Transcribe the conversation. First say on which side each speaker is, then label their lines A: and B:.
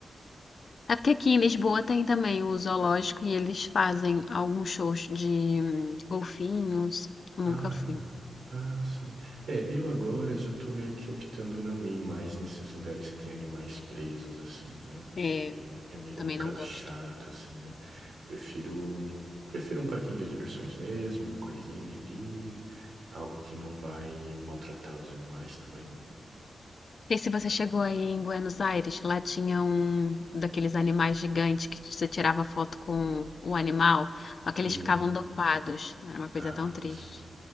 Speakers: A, on the left; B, on the right.
A: É porque aqui em Lisboa tem também o zoológico e eles fazem alguns shows de hum, golfinhos. Eu
B: Ah,
A: nunca fui.
B: é. Ah, sim. É, eu agora já tô meio que optando não ir mais nesses lugares que tem animais presos, assim, né?
A: É,
B: É, é, meio,
A: também
B: é um bocado
A: não gosto.
B: chato, assim, né? Prefiro, prefiro um parquinho de diversões mesmo, uma coisinha ali, algo que não vai maltratar os animais também, né?
A: sei se você chegou aí em Buenos Aires, lá tinha um daqueles animais gigantes que você tirava foto com o animal, só que
B: Uhum.
A: eles ficavam dopados. Era uma coisa
B: Ah,
A: tão triste.
B: sim.